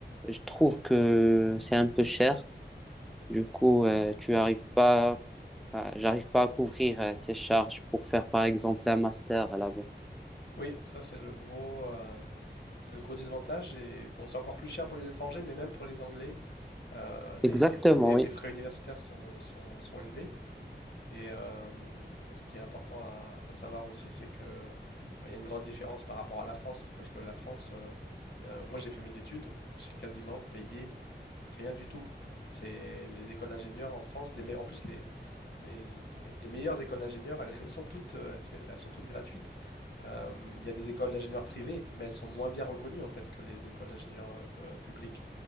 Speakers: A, in the centre; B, on the left.
A: je trouve que c'est un peu cher. Du coup, euh, tu n'arrives pas euh, j'arrive pas à couvrir euh, ces charges pour faire, par exemple, un master là-bas.
B: Oui, ça c'est le gros, euh, c'est le gros désavantage. Et bon, c'est encore plus cher pour les étrangers, mais même pour les Anglais, euh, les,
A: Exactement,
B: les-
A: oui.
B: les frais universitaires sont, sont- sont élevés. Et, euh, et ce qui est important à, à savoir aussi, c'est que euh, il y a une grosse différence par rapport à la France, parce que la France, euh, euh, moi j'ai fait mes études, j'ai quasiment payé rien du tout. C'est les écoles d'ingénieurs en France, les me- en plus les, les, les- les meilleures écoles d'ingénieurs, elles, <laughs> elles sont toutes, euh, c'est- elles sont toutes gratuites. Euh, il y a des écoles d'ingénieurs privées, mais elles sont moins bien reconnues en fait que les écoles d'ingénieurs euh, pu- publiques.